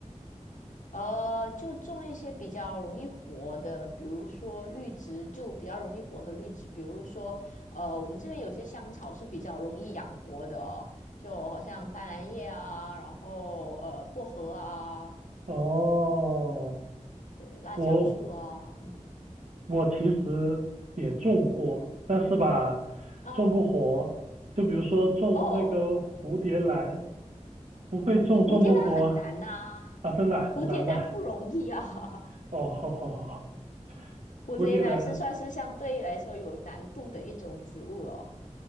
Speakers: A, on the left; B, on the right.
A: 呃，就种一些比较容易活的，比如说绿植，就比较容易活的绿植，比如说，呃，我们这边有些香草是比较容易养活的哦，就好像斑斓叶啊，然后呃薄荷啊，
B: 哦，
A: 对，辣椒树啊，
B: 我
A: 嗯
B: 我其实也种过，但是吧，
A: 啊
B: 种不活。就比如说种那个蝴蝶兰，
A: 哦，
B: 不会种，
A: 蝴蝶兰很难呐、
B: 种不活啊，真的啊很难的。
A: 蝴蝶兰不容易啊，<laughs>
B: 哦，<laughs>
A: 蝴蝶兰是算是相对来说有难度的一种植物了。
B: 蝴蝶兰